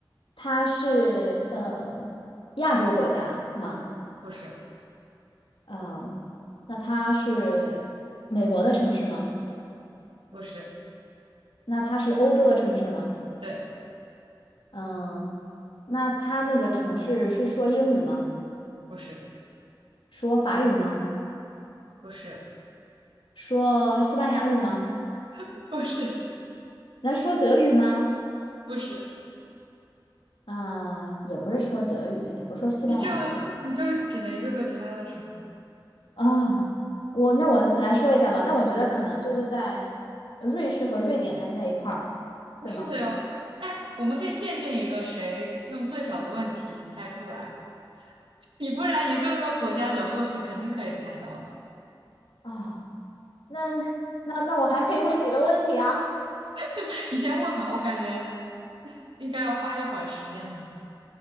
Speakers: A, on the left (about 85°); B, on the right (about 85°).
A: 它是呃亚洲国家吗？
B: 不是，
A: 嗯，那它是美国的城市吗？
B: 不是，
A: 那它是欧洲的城市吗？
B: 对，
A: 嗯，那它那个城市是说英语吗？
B: 不是，
A: 说法语吗？
B: 不是，
A: 说西班牙语吗？
B: <laughs> 不是，
A: 那说德语吗？
B: 不是，
A: 啊、也不是说德语，也不是说西班牙语
B: 你这样你就只能一个个猜了是吗？
A: 啊、我那我来说一下吧，但我觉得可能就是在瑞士和瑞典那那一块儿了，
B: 不是的哟。
A: 对吗？
B: 哎，我们可以限定一个，谁用最少的问题猜出来。你不然一个个国家轮过去，肯定可以猜到的。
A: 啊、那那那我还可以问几个问题啊？
B: <laughs> 你先问吧，我感觉 <laughs> 应该要花一会儿时间呢。